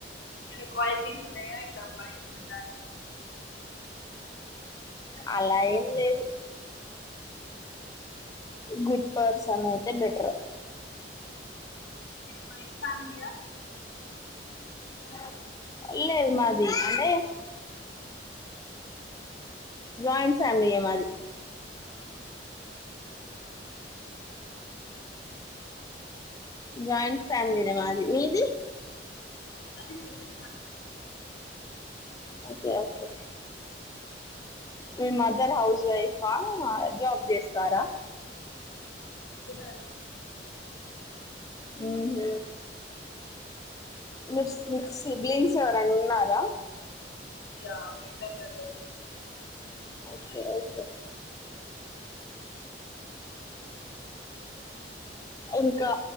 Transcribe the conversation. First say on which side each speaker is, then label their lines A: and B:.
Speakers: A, on the left; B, on the left.
A: ఏమన్న క్వాలిటీస్ వున్నాయ ఇద్దప్ప ఇట్లా అబ్బాయి ఉండాలి
B: అలా ఏం లేదు గుడ్ పర్సన్ అయితే బెటర్
A: ఎక్కువైతంది
B: <inaudible> లేదు మాది అంటే జాయింట్ ఫేమలీఏ మాది జాయింట్ ఫ్యామిలీనే మాది మీది
A: మాది సింగిల్ ఫ్యామిలీ
B: ఓకే ఓకే మీ మదర్ హౌస్ వైఫా జాబ్ చేస్తారా
A: ఇధా
B: ఉహుమ్ మిర్స్ మిక్సీ బ్లీన్స్ ఎవరన్న ఉన్నారా
A: yeah elder brother
B: okay okay ఇంకా